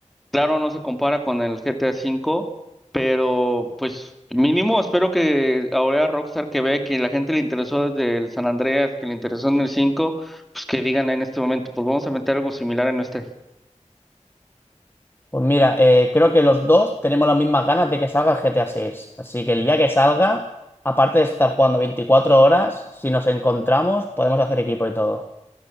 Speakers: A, in the centre; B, on the left.
A: Claro, no se compara con el GTA 5, pero pues mínimo espero que ahora Rockstar que vea que la gente le interesó desde el San Andreas, que le interesó en el 5, pues que digan en este momento, pues vamos a meter algo similar en nuestra
B: Pues mira, eh, creo que los dos tenemos las mismas ganas de que salga el GTA 6. Así que el día que salga, aparte de estar jugando 24 horas, si nos encontramos, podemos hacer equipo y todo.